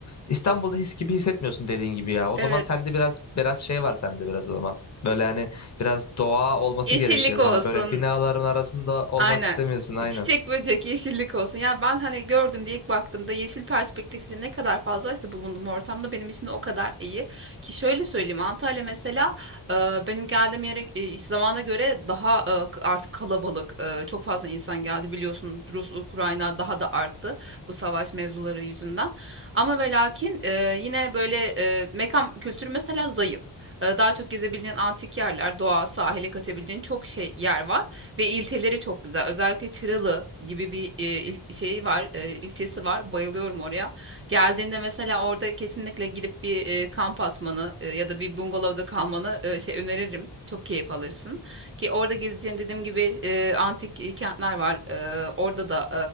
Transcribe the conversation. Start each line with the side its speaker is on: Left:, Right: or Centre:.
Left: İstanbul'da his gibi hissetmiyorsun dediğin gibi ya. O
Right: Evet.
Left: zaman sende biraz biraz şey var sende biraz o zaman. Böyle hani biraz doğa olması
Right: Yeşillik
Left: gerekiyor
Right: olsun,
Left: sana. Böyle binaların arasında olmak
Right: Aynen.
Left: istemiyorsun aynen.
Right: Çiçek böcek yeşillik olsun. Ya ben hani gördüm diye ilk baktığımda yeşil perspektifi ne kadar fazlaysa bulunduğum ortamda benim için de o kadar iyi. Ki şöyle söyleyeyim Antalya mesela e, benim geldiğim yere e, iş zamana göre daha e, k- artık kalabalık. E, çok fazla insan geldi biliyorsun Rus, Ukrayna daha da arttı bu savaş mevzuları yüzünden. Ama ve lakin e, yine böyle e, mekan kültürü mesela zayıf. E, daha çok gezebileceğin antik yerler, doğa, sahile kaçabileceğin çok şey yer var. Ve ilçeleri çok güzel. Özellikle Çıralı gibi bir e, il- şeyi var, e, ilçesi var. Bayılıyorum oraya. Geldiğinde mesela orada kesinlikle gidip bir e, kamp atmanı e, ya da bir bungalovda kalmanı e, şey öneririm. Çok keyif alırsın. Ki orada gezeceğin dediğim gibi e, antik e, kentler var. E, orada da